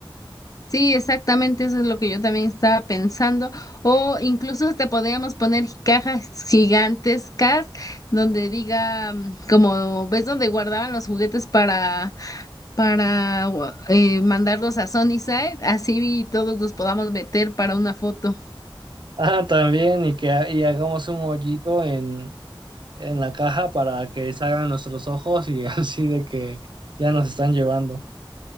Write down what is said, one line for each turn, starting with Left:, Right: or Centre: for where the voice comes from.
Left: Sí, exactamente, eso es lo que yo también estaba pensando. O incluso hasta podríamos poner cajas gigantescas donde diga, mm, como ves donde guardaban los juguetes para, para gua- eh, mandarlos a Sunnyside, así todos los podamos meter para una foto.
Right: Ah, también, y que ha- y hagamos un hoyito en, en la caja para que salgan nuestros ojos y <laughs> así de que ya nos están llevando.